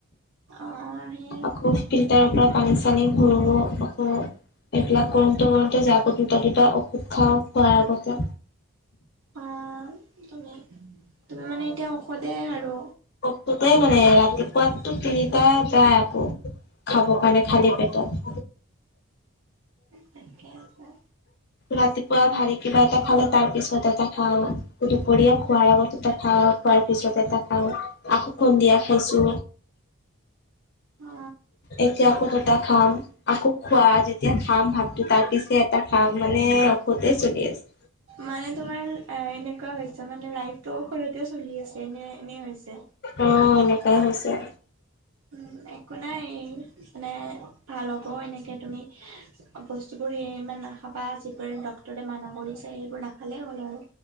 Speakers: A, on the right; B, on the left.
A: অ, সেই।
B: আকৌ ফিল্টাৰৰ পৰা পানী- চানী ভৰোৱা, আকৌ। এইবিলাক কৰোতে, কৰোতে, যাব দুটা, দুটা ঔষধ খাওঁ, খোৱাৰ আগতে।
A: অ, তুমি, তুমি মানে, এতিয়া ঔষধে আৰু।
B: ঔষধে মানে, ৰাতিপুৱাতটো তিনিটা যায়, আকৌ। খাব কাৰণে, খালী পেটত।
A: ঠিকে আছে
B: ৰাতিপুৱা ভাৰী কিবা এটা খালে, তাৰ পিছত এটা খাওঁ, দুপৰীয়া খোৱাৰ আগত। এটা খাওঁ, খোৱাৰ পিছত এটা। খাওঁ। আকৌ সন্ধিয়া, খাইছো।
A: অ
B: এতিয়া আকৌ, দুটা খাম। আকৌ খোৱা যেতিয়া খাম, ভাতটো তাৰ পিছে এটা খাম, মানে ঔষধে চলি আছে।
A: মানে তোমাৰ, এনেকুৱা হৈছে, মানে লাইফটো সৰুতে চলি আছে, এনে, এনে হৈছে।
B: অ, এনেকুৱাই হৈছে।
A: উম, একো নাই, মানে ভাল হ'ব, এনেকে তুমি। বস্তুবোৰ সেই ইমান নাখাবা, যিবোৰ ডক্তৰে মানা কৰিছে, সেইবোৰ নাখালেই হ'ল আৰু।